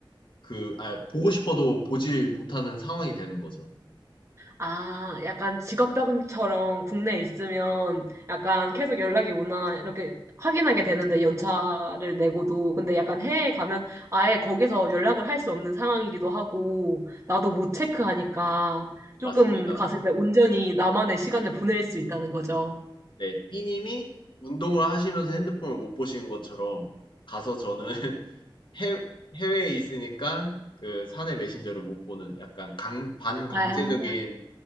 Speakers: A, on the left; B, on the right.
A: 그, 아, 보고 싶어도 보지 못하는 상황이 되는 거죠.
B: 아, 약간 직업병처럼 국내에 있으면 약간 계속 연락이 오나 이렇게 확인하게 되는데 연차를 내고도 근데 약간 해외에 가면 아예 거기서 연락을 할 수 없는 상황이기도 하고 나도 못 체크하니까 조금
A: 맞습니다.
B: 갔을 때 온전히 나만의 시간을 보낼 수 있다는 거죠.
A: 네. B님이 운동을 하시면서 핸드폰을 못 보시는 것처럼 가서 저는 <laughs> 해 해외에 있으니까 그 사내 메신저를 못 보는 약간 강 반강제적인
B: 아,